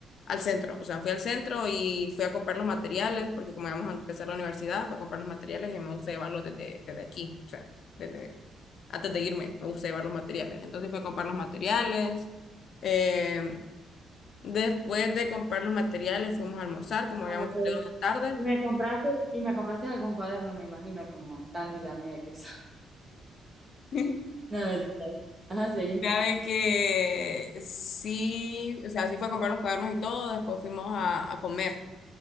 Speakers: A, on the left; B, on the right.
A: al centro. O sea, fui al centro y fui a comprar los materiales, porque como íbamos a empezar la universidad, fui a comprar los materiales y me gusta llevarlos desde, desde aquí. O sea, desde, antes de irme, me gusta llevar los materiales. Entonces fui a comprar los materiales. eh, después de comprar los materiales, fuimos a almorzar, como habíamos
B: Ah, ok.
A: salido de tarde.
B: Y me compraste, y me compraste algún cuaderno, me imagino, como tan linda mía que soy. <laughs>
A: <laughs>
B: No, mentira. Ajá, sí.
A: Mira, de que sí, o sea, sí fue a comprar los cuadernos y todo, después fuimos a, a comer,